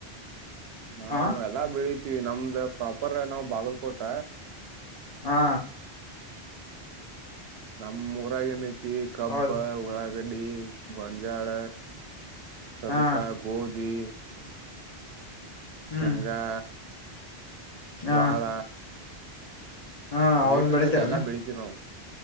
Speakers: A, on the right (about 70°); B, on the left (about 40°).
A: ನಾವವು
B: ಹ
A: ಎಲ್ಲಾ ಬೆಳತಿೀವಿ ನಮ್ದ ಪ್ರಾಪರ್ ನಾವ್ ಬಾಗಲ್ಕೋಟ
B: ಹಾ
A: ನಮ್ ಊರಾಗ ಏನಐತಿ ಕಬ್ಬ
B: ಹೌದು
A: ಉಳ್ಳಾಗಡ್ಡಿ ಗೊಂಜಾಳ ಸದಕ
B: ಹಾ
A: ಗೋಧಿ
B: ಹ್ಮ್
A: ಶಘಾ ಜ್ವಳ
B: ಹಾ ಹಾ ಅವನ್
A: ಎಏ ಟು
B: ಬೆಳಿತಾರನ
A: ಜೆಡ್ ಎಲ್ಲ ಬೆಳತಿವಿ ನಾವು